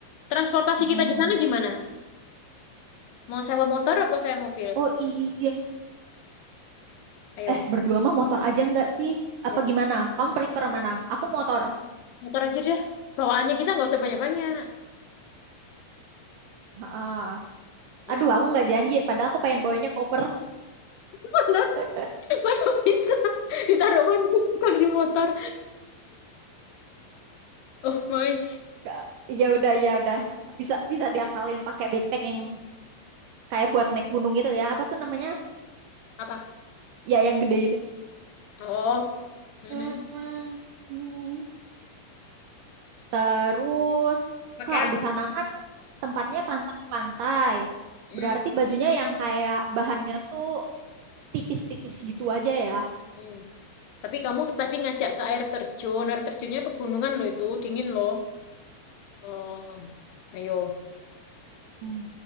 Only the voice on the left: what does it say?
transportasi
kita di sana gimana? Mau sewa motor apa sewa mobil?
Ayo.
Iya
deh.
Motor aja deh. Bawaannya kita nggak usah banyak-banyak.
Ya.
<laughs>
Mana,
mana bisa ditaruh mana <laughs> kalau di motor. Oh my.
Apa?
Oh, <laughs>
pakaian.
Hmm,
hmm. Tapi kamu tadi ngajak ke air terjun. Air terjunnya pegunungan loh itu, dingin loh. Oh, ayo,